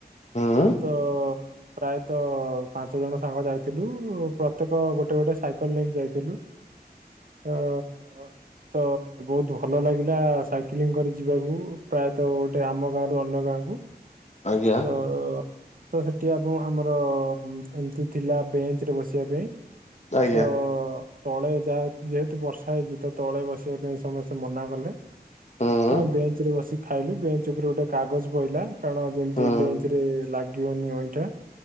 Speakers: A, on the left (about 45°); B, on the right (about 55°).
A: ଉଁ।
B: ତ ପ୍ରାୟତଃ ପାଞ୍ଚ ଜଣ ସାଙ୍ଗ ଯାଇଥିଲୁ ପ୍ରତ୍ୟେକ ଗୋଟେ ଗୋଟେ ସାଇକଲ ନେଇକି ଯାଇଥିଲୁ।
A: <inaudible>
B: ଅ ତ ବହୁତ ଭଲ ଲାଗିଲା ସାଇକେଲିଂ କରି ଯିବାକୁ ପ୍ରାୟତଃ ଗୋଟେ ଆମ ଗାଁରୁ ଅନ୍ୟ ଗାଁକୁ
A: ଆଜ୍ଞା।
B: ତ ତ ସେଠି ଆଗୁ ଆମର ଏମ ଏମିତି ଥିଲା ବେଞ୍ଚ ରେ ବସିବା ପାଇଁ।
A: ଆଜ୍ଞା
B: ତ ତଳେ ଯାହା ଯେହେତୁ ବର୍ଷା ହେଇଛି ତ ତଳେ ବସିବା ପାଇଁ ସମସ୍ତେ ମନା କଲେ।
A: ହୁଁ
B: ହଁ ବେଞ୍ଚ ରେ ବସି ଖାଇଲୁ ବେଞ୍ଚ ଉପରେ ଗୋଟେ କାଗଜ ପଇଲା କାରଣ ଯେମି
A: ହୁଁ
B: ତି ବେଞ୍ଚ ରେ ଲାଗିବନି ଅଇଁଠା